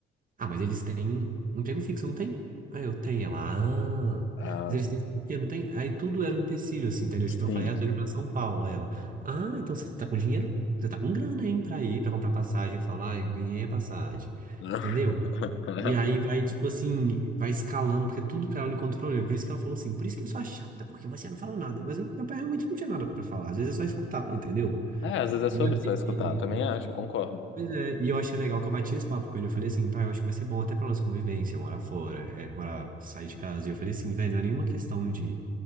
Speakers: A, on the right; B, on the left.
A: ah, mas eles têm um emprego fixo, não tem? Ah, eu tenho. Ela, ah.
B: Ah,
A: Mas eles têm o quê? Não tem? Aí tudo era um empecilho, assim, entendeu?
B: sim.
A: Tipo, eu falei, ah, tô indo pra São Paulo. Aí ela, ah, então você tá com dinheiro? Você tá com grana, hein, pra ir, pra comprar passagem. Eu falo, ah, eu ganhei a passagem.
B: <laughs>
A: Entendeu? E aí vai, tipo assim, vai escalando, porque tudo pra ela encontra problema. Por isso que ela falou assim, por isso que eu sou a chata, porque você não fala nada. Mas eu- meu pai realmente não tinha nada pra falar. Às vezes é só escutar, entendeu?
B: É, às vezes
A: E,
B: é sobre só escutar. Eu Também acho, eu concordo.
A: Pois é, e eu achei legal que eu bati esse papo com ele. Eu falei assim, pai, eu acho que vai ser bom até pra nossa convivência, morar fora, é, morar, sair de casa. E eu falei assim, velho, não é nenhuma questão de